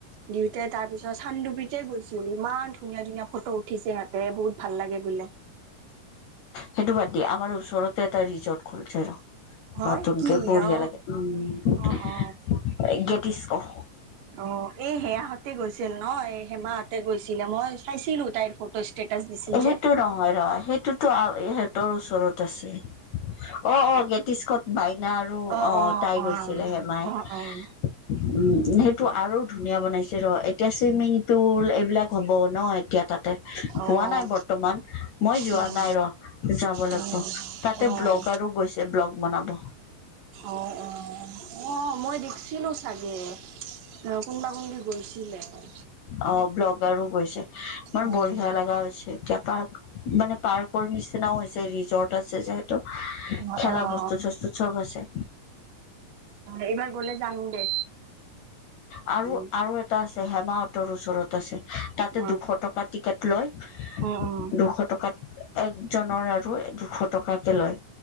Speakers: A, on the right (about 80°); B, on the left (about 80°).
A: দিওঁতে তাৰ পিছত চান্দুবিতে গৈছিল ইমান ধুনীয়া ধুনীয়া ফটো উঠিছে সিহঁতে বহুত ভাল লাগে বোলে।
B: সেইটো বাদ দিয় আমাৰ ওচৰতে এটা ৰিজৰ্ট খুলছে ৰ।
A: হয়
B: নতুনকে
A: কি
B: বঢ়িয়া
A: অ
B: লাগে উম,
A: অ অ
B: গেটিছক'।
A: অ', এই সেয়াহঁতে গৈছিল ন এই সেমাহঁতে গৈছিলে মই চাইছিলো তাইৰ ফটো। ষ্টেটাচ দিছিল
B: সেইটো
A: যে।
B: নহয় ৰ সেইটো ইহঁতৰ ওচৰত আছে অ', অ', গেতিছক'ত বাইনা আৰু
A: অ
B: আহ
A: অ
B: তাই
A: অ
B: গৈছিলে হেমাই। উম,
A: অ অ
B: সেইটো আৰু ধুনীয়া বনাইছে। ৰ এতিয়া চুইমিং পুল এইবিলাক হ'ব ন এতিয়া তাত। হোৱা
A: অ',
B: নাই বৰ্তমান মই যোৱা
A: উম,
B: নাই ৰ। যাব লাগিব
A: উম,
B: তাতে
A: অ',
B: ব্লগ আৰু গৈছে ব্লগ বনাব।
A: অ', অ', অ' মই দেখছিলো চাগে অ' কোনোবা কোনব। গৈছিলিলেন।
B: অ' ব্লগাৰো গৈছে ইমান
A: উম,
B: বঢ়িয়া লগা হৈছে এতিয়া পাৰ। মানে পাৰ্কৰ নিচিনাও হৈছে ৰিজৰ্ট আছে যে।
A: অ',
B: খেলা
A: অ',
B: বস্তু চস্তু চব আছে।
A: এইবাৰ গলে যাম দে।
B: আৰু
A: উম,
B: আৰু এটা আছে হেমাহতৰ ওচৰত আছে তাতে
A: অ',
B: দুশ টকা। কেটলয়
A: উম, উম
B: দুশ টকাত একজনৰ আৰু দুশ টকাকে লয়